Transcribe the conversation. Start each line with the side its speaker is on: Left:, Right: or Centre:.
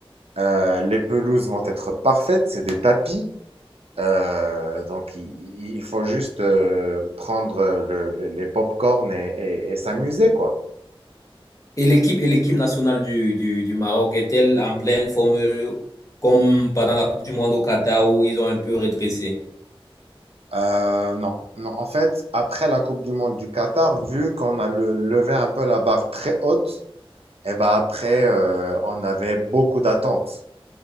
Right: Euh, les pelouses vont être parfaites, c'est des tapis. Euh, donc, il, il faut juste euh, prendre le- le- les pop-corn et, et- et s'amuser, quoi.
Left: Et l'équipe et l'équipe nationale du, du, du Maroc est-elle en pleine forme euh, comme pendant la Coupe du Monde au Qatar où ils ont un peu redressé?
Right: Euh, non, non. En fait, après la Coupe du Monde du Qatar, vu qu'on a le- levé un peu la barre très haute, et ben après, euh, on avait beaucoup d'attentes.